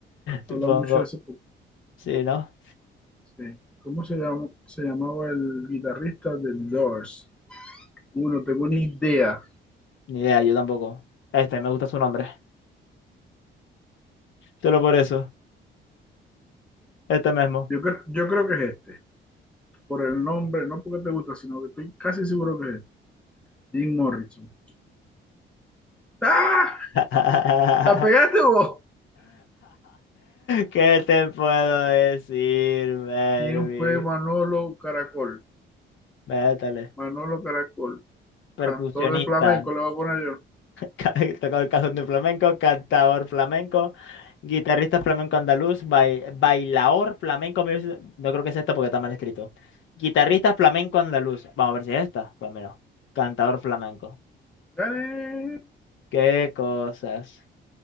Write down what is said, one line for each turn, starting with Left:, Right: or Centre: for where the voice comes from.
Left: Supongo.
Centre: Habla mucho de hace poco.
Left: Sí, ¿no?
Centre: Sí. ¿Cómo se llama, se llamaba el guitarrista de Doors? Uh, no tengo ni idea.
Left: Ni idea, yo tampoco. Este, me gusta su nombre. Solo por eso. Este mismo.
Centre: Yo, cre- yo creo que es este. Por el nombre, no porque te gusta, sino que estoy casi seguro que es este. Jim Morrison. ¡Ah!
Left: <laughs>
Centre: ¿La pegaste vos?
Left: ¿Qué te puedo decir, Mervi?
Centre: ¿Quién fue Manolo Caracol?
Left: Métale.
Centre: Manolo Caracol, cantor
Left: Percusionista.
Centre: de flamenco, le voy a poner yo.
Left: Ca- <laughs> Tocó el cajón de flamenco, cantador flamenco, guitarrista flamenco andaluz, bai- bailaor flamenco. music- No creo que sea esta porque está mal escrito. Guitarrista flamenco andaluz. Vamos a ver si es esta. Pues menos. Cantador flamenco.
Centre: ¡Gané!
Left: Qué cosas.